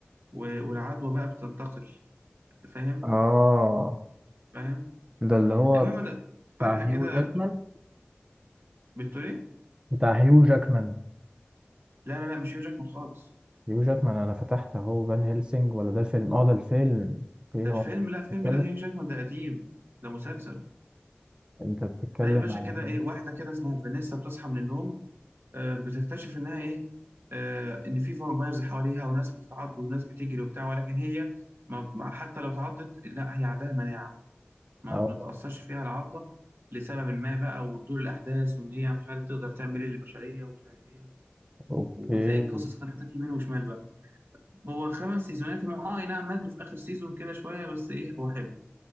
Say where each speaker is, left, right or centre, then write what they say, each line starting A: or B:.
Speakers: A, on the right; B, on the right.
A: و- والعدوى بقى بتنتقل فاهم
B: اه
A: فاهم
B: ده اللي هو
A: المهم ده-
B: بتاع
A: فجأة
B: هيو
A: كده
B: جاكمان
A: بتقول ايه
B: بتاع هيو جاكمان
A: لا لا لا مش هيو جاكمان خالص
B: هيو جاكمان انا فتحت اهو فان هيلسينج ولا ده الفيلم اه ده الفيلم اوكي
A: ده الفيلم
B: هو انت
A: لا فيلم
B: بتتكلم
A: ده هيو جاكمان ده قديم ده مسلسل
B: انت بتتكلم
A: لا يا باشا
B: على
A: كده
B: فان
A: ايه واحدة كده اسمها فانيسا بتصحى من النوم آه بتكتشف انها ايه آه ان في فامبايرز حواليها وناس بتتعض وناس بتجري وبتاع ولكن هي ما ما- حتى لو اتعضت لا هي عندها مناعة ما
B: اه
A: بتتأثرش فيها العضة لسبب ما بقى وتدور الأحداث وإن هي مش عارف تقدر تعمل إيه للبشرية ومش عارف إيه و- و-
B: اوكي
A: وبتلاقي القصص خدتك يمين وشمال بقى هو 5 سيزونات هم آه أي نعم مدّوا في آخر سيزون كده شوية بس إيه هو حلو.